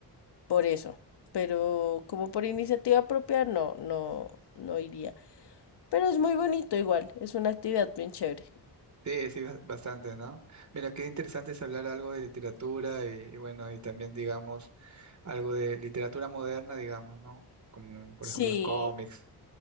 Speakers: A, on the left (about 70°); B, on the right (about 40°).
A: por eso, pero como por iniciativa propia no, no, no iría. Pero es muy bonito igual, es una actividad bien chévere.
B: Sí, sí, ba- bastante, ¿no? Mira, qué interesante es hablar algo de literatura y, y bueno, y también, digamos, algo de literatura moderna, digamos, ¿no? Como, por ejemplo,
A: Sí,
B: los cómics.